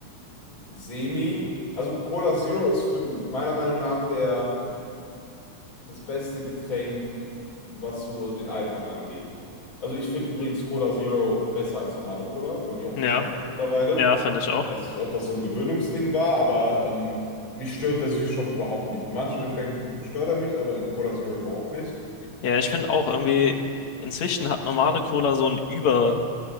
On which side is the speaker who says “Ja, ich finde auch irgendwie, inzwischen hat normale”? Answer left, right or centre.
Left